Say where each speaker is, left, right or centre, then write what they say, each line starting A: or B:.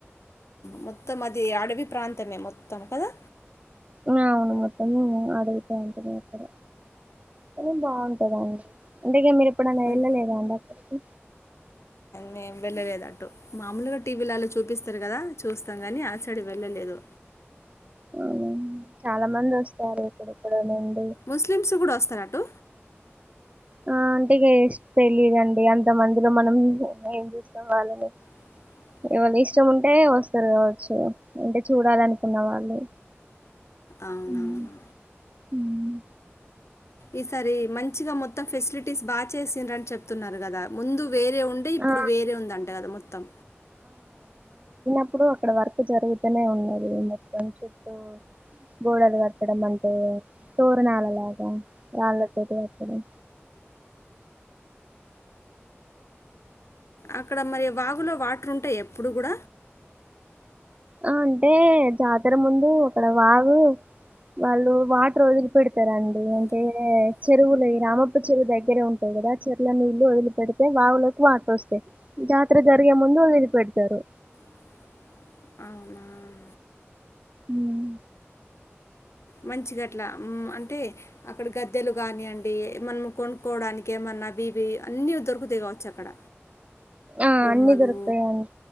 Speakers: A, on the left (about 75°); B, on the right (about 30°).
A: మొత్తం అది అడవి ప్రాంతమే మొత్తం కదా
B: న అవును మొత్తము అడవి ప్రాంతమే అక్కడ కాని బావుంటదండి ఇంతకి మీరు ఎప్పుడన్న
A: మం-
B: ఎళ్ళలేదా అండి అక్కడికి
A: మేమ్ వెళ్ళలేదు అంటు మామూలుగా టీవీలలో చూపిస్తారు కదా చూస్తాం గాని ఆ సైడు వెళ్ళలేదు
B: అవునా చాలా మంది వస్తారు ఎక్కడెక్కడో ను
A: ముస్లిమ్స్ కూడా వస్తార అటు
B: ఆ అంటిగేస్ తెలీదండి అంత మందిలో మనం ఏం చూస్తాం వాళ్ళని
A: అ
B: ఎవల్ ఇష్టం ఉంటే వస్తారు గావచ్చు అంటే చూడాలనుకున్న వాళ్ళు
A: అవునవును
B: ఉమ్, ఉమ్.
A: ఈసారి మంచిగా మొత్తం ఫెసిలిటీస్ బాగా చేసిండ్రు అని చెప్తున్నారు గదా ముందు వేరే ఉండే ఇప్పుడు
B: ఆ
A: వేరే ఉందంట కదా మొత్తం
B: ఇప్పుడు అక్కడ వర్క్ జరుగుతనే ఉన్నది మొత్తం సిఫ్టు గోడలు కట్టడం అంటే తోరనాలల అద రాళ్ళతోటి కట్టడం
A: అక్కడ మరి వాగులో వాటర్ ఉంటాయ్ ఎప్పుడు గూడ
B: ఆ అంటే జాతర ముందు అక్కడ వాగు వాళ్ళు వా రోజులు పెడతారండి
A: <inaudible>
B: చెరువులు ఈ రామప్ప చెరువు దగ్గరే ఉంటాయి కదా చెరువులో నీళ్ళు వదిలి పెడితే వావులకు వాటర్ వస్తాయి జాతర జరిగే ముందు ఇది పెడతారు
A: <inaudible> అవునా
B: మ్మ్
A: మంచి గట్లా అంటే అక్కడ గద్దెలు కాని అండి మనం కొనుకోవడానికి ఏమన్నా అబీబి అన్ని దొరుకుతాయి కావచ్చు అక్కడ
B: ఆ
A: బొమ్మలు
B: అన్నీ దొరుకుతాయండి